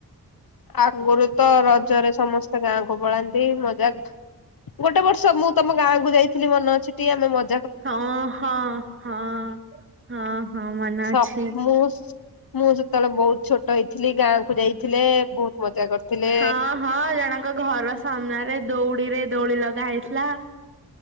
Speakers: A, on the left (about 75°); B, on the right (about 35°).
A: ଆଗରୁ ତ ରଜରେ ସମସ୍ତେ ଗାଁକୁ ପଳାନ୍ତି ମଜା ଗୋଟେ ବର୍ଷ ମୁଁ ତମ ଗାଁକୁ ଯାଇଥିଲି ମନେ ଅଛି ଟିକେ ଆମେ ମ
B: ହଁ ହଁ ହଁ ହଁ ହଁ ମନ
A: ସ
B: ଅଛି।
A: ମୁଁ ମୁଁ ଜେତବେଳେ ବହୁତ ଛୋଟ ହେଇଥିଲି ଗାଁ କୁ ଯାଇଥିଲେ ବହୁତ ମଜା କରିଥିଲେ।
B: ହଁ ହଁ ଜଣଙ୍କ ଘରୁ ଆସ ସାମ୍ନାରେ ଦଉଡି ରେ ଦୋଳି ଲଗା ହେଇଥିଲା।